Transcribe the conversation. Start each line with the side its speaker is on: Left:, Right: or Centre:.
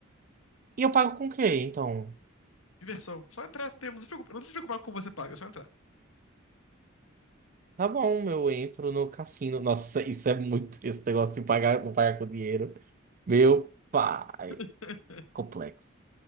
Right: E eu pago com o quê, então?
Left: Diversão. Só entrar. Não se preocupa, não se preocupar com o que você paga, é só entrar.
Right: Tá bom, eu entro no cassino. Nossa, <laughs> isso é muito. Esse negócio de pagar, vou pagar com dinheiro. Meu pai.
Left: <laughs>
Right: Complexo.